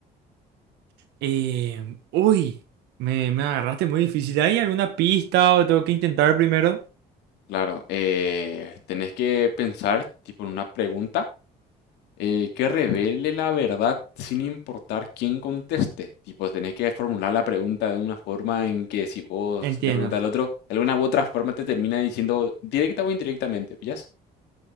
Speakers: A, on the right (about 85°); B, on the left (about 80°).
A: Eh, uy, me, me agarraste muy difícil. ¿Hay alguna pista o tengo que intentar primero?
B: Claro, eh, tenés que pensar, tipo, en una pregunta eh, que revele la verdad sin importar quién conteste. Tipo, tenés que formular la pregunta de una forma en que si vos
A: Entiendo.
B: le preguntas al otro, de alguna u otra forma te termina diciendo directa o indirectamente, ¿pillas?